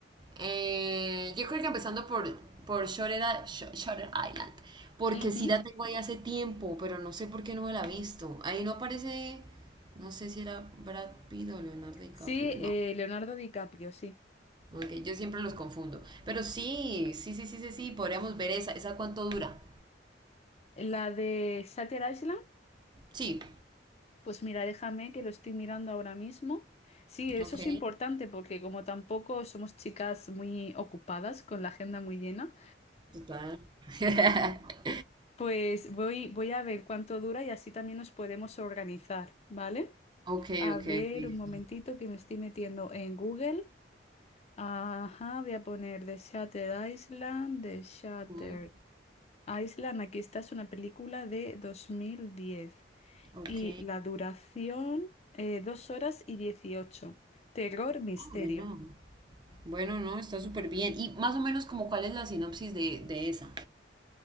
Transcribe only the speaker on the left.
Ujú.
Sí,
eh, Leonardo DiCaprio, sí.
La de Shutter Island.
Pues mira, déjame que lo estoy mirando ahora mismo. Sí, eso
es importante porque como tampoco somos chicas muy ocupadas con la agenda muy llena,
pues voy, voy a ver cuánto dura y así también nos podemos organizar, ¿vale?
A
ver,
un momentito que me estoy metiendo en Google. Ajá, voy a poner The Shutter Island, The Shutter
Island. Aquí está, es una película de 2010.
Y la duración, eh, dos horas y dieciocho. Terror, misterio.